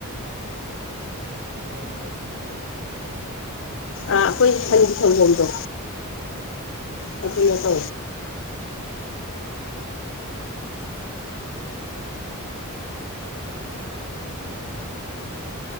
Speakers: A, on the right (about 45°); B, on the left (about 60°).
A: ꯁꯪꯒꯣꯝꯗꯨꯗꯤ ꯑꯁꯦꯡꯕ ꯇꯧꯕ꯭ꯔꯥ ꯀꯃꯥꯏꯅ ꯇꯧꯋꯦ
B: ꯑꯩꯈꯣꯏ ꯈꯅꯤ ꯍꯪꯕꯣꯗꯣ
A: ꯎꯝ
B: ꯂꯠꯇ
A: ꯖꯥꯠ ꯖꯥꯠꯅꯤꯅꯦ ꯉꯥ ꯊꯣꯡꯕꯒꯤ ꯃꯑꯣꯡꯁꯤꯁꯨ